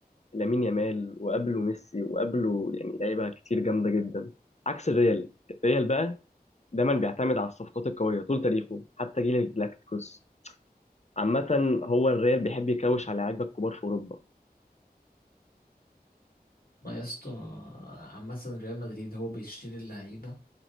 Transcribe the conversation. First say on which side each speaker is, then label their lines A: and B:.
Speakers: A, on the left; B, on the left.
A: لامين يامال وقبله ميسي وقبله يعني لعيبه كتير جامده جدا عكس الريال الريال بقى دايما بيعتمد على الصفقات القوية طول تاريخه حتى جيل الجلاكتيكوس عامة هو الريال بيحب يكوش على لعيبة الكبار في أوروبا
B: ما يا اسطى عامة ريال مدريد هو بيشتري اللعيبة